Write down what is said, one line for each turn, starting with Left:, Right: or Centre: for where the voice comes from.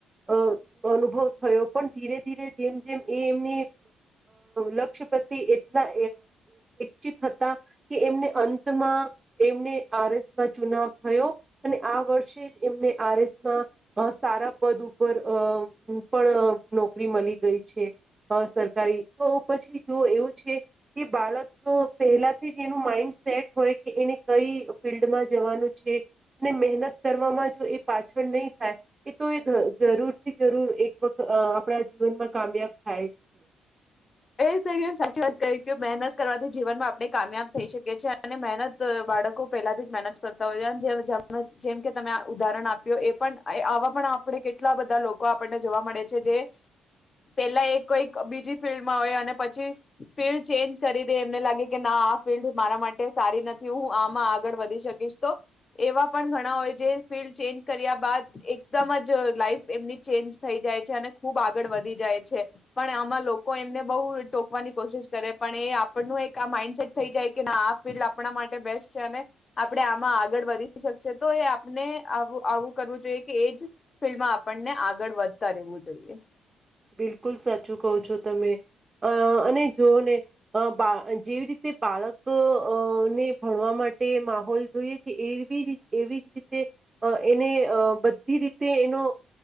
Right: અ અનુભવ થયો પણ ધીરે ધીરે જેમ જેમ એ એમની લક્ષ્ય પ્રત્યે એટલા ચિત હતા કે એમને અંતમાં એમને આર એસમાં ચુનાવ થયો અને આ વર્ષે જ એમને આર એસ ના સારા પદ ઉપર પણ નોકરી મળી ગઈ છે સરકારી તો પછી જો એવું છે કે બાળક પહેલાથી જ એનું માઈન્ડ સેટ હોય કે એને કઈ ફિલ્ડમાં જવાનું અને મહેનત કરવામાં જો એ પાછળ નહીં થાય એ તો એ જરૂરથી જરૂર એક વખત આપણા જીવનમાં કામયાબ થાય જ છે.
Left: સાચી વાત મહેનત કરવાથી જીવનમાં આપણે કામયાબ થઈ શકીી અને મહેનત બાળકો પહેલાથી મહેનત કરતા હોય છે જે જેમ કે તમે ઉદાહરણ આપ્યું એ પણ આવા પણ આપણે કેટલા બધા લોકો આપણને જોવા મળે છે જે પેલા એક કોઈક બીજી ફિલ્ડ પછી ફિલ્ડ ચેન્જ કરી દે એમને લાગે કે ના આ ફિલ્ડ મારા માટે સારી નથી હું આમાં આગળ વધી શકીશ તો એવા પણ ઘણા હોય જે ફિલ્ડ ચેન્જ કર્યા બાદ એકદમ જ લાઈફ એમની ચેન્જ થઈ જાય છે અને ખુબ આગળ વધી જાય છે પણ આમાં લોકો કોઈ એમને બહુ ટોકવાની કોશિશ કરે પણ એ આપણનું એક આ માઇન્ડસેટ થઈ જાય કે ના આ ફિલ્ડ આપણા માટે બેસ્ટ છે અને આપણે આમાં આગળ વધી શકશે તો એ આપને આવું કરવું જોઈએ કે એ જ ફિલ્ડમાં આપણને આગળ વધતા રહેવું જોઈએ
Right: બિલકુલ સાચું કહું છો તમે અ અને જો ને બા જેવી રીતે બાળકને ભણવા માટે માહોલ જોઈએ છે એવી રી એવી જ રીતે એને અ બધી રીતે એનો